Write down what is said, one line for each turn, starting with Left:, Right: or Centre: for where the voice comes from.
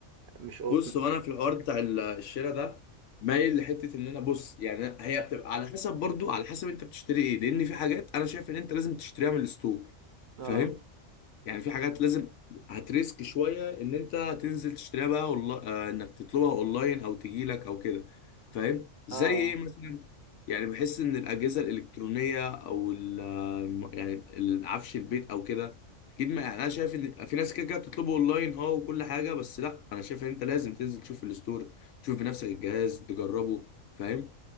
Right: مش قطن
Left: بص وانا في الحوار بتاع ال- <laughs> الشراء ده مايل لحته ان انا بص يعني هي بتبقى على حسب برضو على حسب انت بتشتري ايه لان في حاجات انا شايف ان انت لازم تشتريها من الستور
Right: اه
Left: فاهم يعني في حاجات لازم هتريسك شويه ان انت تنزل تشتريها بقى والله آه انك تطلبها اونلاين او تجي لك او كده فاهم زي
Right: اه
Left: ايه مثلا يعني بحس ان الاجهزه الالكترونيه او ال- آه، يعني العفش البيت او كده اكيد ما يعني انا شايف ان في ناس كده كده بتطلبه اونلاين اه وكل حاجه بس لا انا شايف ان انت لازم تنزل تشوف الستور تشوف بنفسك الجهاز تجربه فاهم